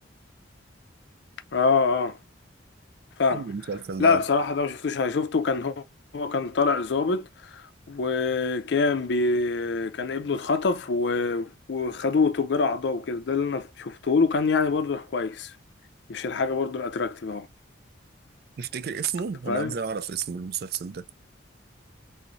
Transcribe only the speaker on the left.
اه اه فاهم
لا
بصراحه
ده ما شفتوش انا شفته كان هو هو كان طالع ظابط وكان بي... كان ابنه اتخطف و... وخدوه تجار اعضاء وكده ده اللي انا شفته له كان يعني برضه كويس مش الحاجه برضه الاتراكتيف اهو
انت فاهم